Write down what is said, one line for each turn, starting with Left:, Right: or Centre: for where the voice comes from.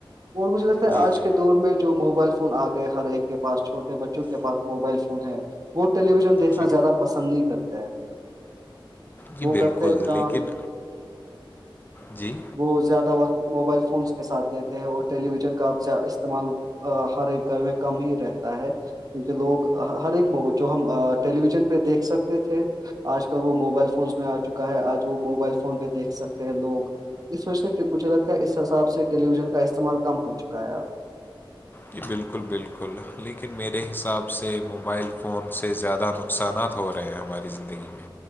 Right: اور مجھے لگتا ہے
Left: جی
Right: آج
Left: جی
Right: کے دور میں جو موبائل فون فون آ گئے ہر ایک کے پاس چھوٹے بچوں کے پاس موبائل فون ہے وہ ٹیلی ویژن دیکھنا
Left: جی
Right: زیادہ پسند نہیں کرتے ہیں
Left: جی
Right: وہ
Left: بالکل
Right: کرتے کام
Left: لیکن جی
Right: وہ زیادہ وقت موبائل فونس کے ساتھ دیتے ہیں اور ٹیلی ویژن کا استعمال ہر ایک گھر میں کم ہی رہتا ہے کیونکہ لوگ ہر ایک موبائل جو ہم ٹیلی ویژن پہ دیکھ سکتے تھے آج کل وہ موبائل فونس میں آ چکا ہے آج وہ موبائل فون پہ دیکھ سکتے ہیں لوگ اس وجہ سے کہ مجھے لگتا ہے اس حساب سے ٹیلی ویژن کا استعمال کم ہو چکا ہے اب
Left: جی بالکل بالکل لیکن میرے حساب سے موبائل فون سے زیادہ نقہ نقصانات ہو رہے ہیں ہماری زندگی میں